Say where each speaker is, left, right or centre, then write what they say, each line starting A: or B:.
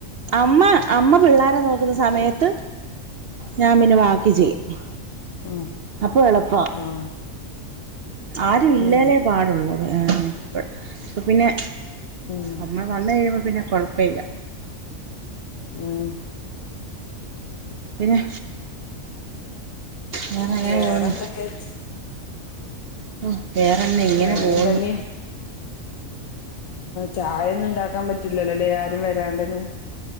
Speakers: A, on the right; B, on the left.
A: അമ്മ അമ്മ പിള്ളാരെ നോക്ക്ണ സമയത്ത് ഞാൻ പിന്നെ ബാക്കി ചെയ്യും
B: ഉം
A: അപ്പൊ എളുപ്പ
B: ആഹ്
A: ആരു ഇല്ലാലേ
B: ഉം
A: പാടുള്ളു ഏഹ് ഇപ്പൊ പിന്നെ
B: ഉം
A: അമ്മ വന്നു കഴിയുമ്പൊ പിന്നെ കൊഴപ്പല്ല
B: ഉം
A: പിന്നെ വേറെ എങ്ങനെ
B: വേറെന്തൊക്കെ
A: പോവുന്നു ഉം വേറെന്ത ഇങ്ങനെ
B: വേറെന്താ
A: പോവ്ന്ന്
B: ഇനി ചായൊന്നും ഇണ്ടാക്കാ പറ്റൂലലൊലേ ആരും വരാണ്ടെന്നും